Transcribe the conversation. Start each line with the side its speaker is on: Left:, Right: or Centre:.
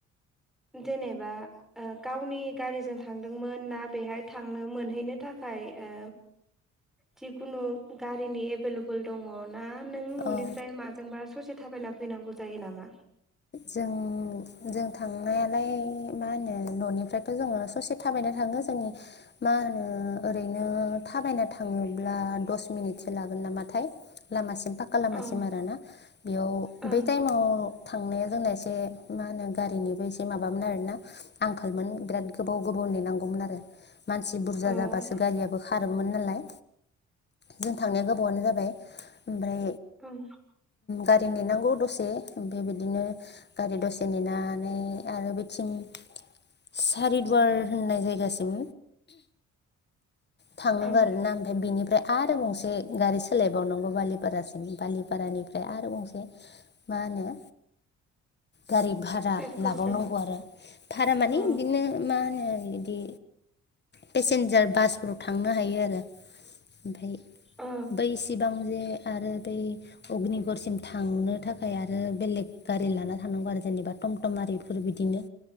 Centre: जेनेबा ओ गावनि गारिजों थांदोंमोन ना बेहाय थांनो मोनहैनो थाखाय ओ जिखुनु गारिनि एभेलेबल दङ ना नों न'निफ्राय
Left: ओं औ
Centre: माजोंबा ससे थाबायना फैनांगौ जायो नामा
Left: जों जों थांनायालाय मा होनो न'निफ्रायथ' जोंङो ससे थाबायनो थाङो जोंनि मा होनो ओरैनो थाबायना थाङोब्ला दस मिनिटसो लागोन नामाथाय लामासिम फाक्का लामासिम
Centre: ओं
Left: आरोना बेयाव
Centre: ओं
Left: बै टाइमाव थांनाया जोंना एसे मा होनो गारिनिबो एसे माबामोन आरोना आंखालमोन बिराद गोबाव गोबाव नेनांगौमोन आरो मानसि बुरजा
Centre: ओं
Left: जाबासो गारियाबो खारोमोन नालाय जों थांनाया गोबावानो जाबाय ओमफ्राय
Centre: ओं
Left: गारि नेनांगौ दसे बे बिदिनो गारि दसे नेनानै आरो बेथिं सारिदुवार होननाय जायगासिम थांनांगौ
Centre: ओं
Left: आरोना ओमफाय बेनिफ्राय आरो गंसे गारि सोलायबावनांगौ बालिपारासिम बालिपारानिफ्राय आरो गंसे मा होनो गारि भारा
Centre: तेजपुरसिम
Left: लाबावनांगौ आरो। भारा माने
Centre: औ
Left: बिदिनो मा होनो बिदि पेसेन्जार बास फोराव थांनो हायो आरो ओमफाय
Centre: औ
Left: बै सिबां जे आरो बै अग्निगुरसिम थांनो थाखाय आरो बेलेग गारि लाना थानांगौ आरो जेनेबा टमटम आरि फोर बिदिनो